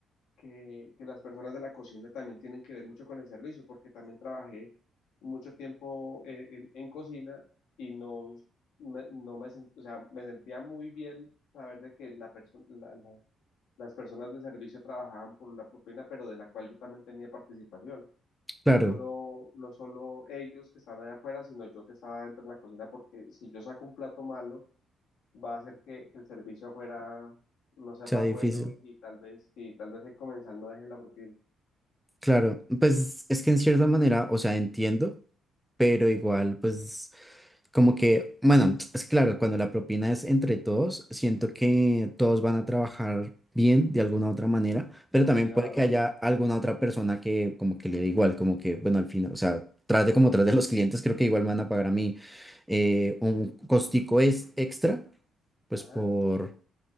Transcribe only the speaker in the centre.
Claro,
sea
difícil.
Claro, pues es que en cierta manera, o sea, entiendo, pero igual, pues como que, bueno, es que claro, cuando la propina es entre todos, siento que todos van a trabajar bien de alguna u otra manera, pero
también puede que haya
alguna otra persona que como que le dé igual, como que, bueno, al final, o sea, trate como trate a los clientes, creo que igual me van a pagar a mí eh, un costico es extra, pues
por...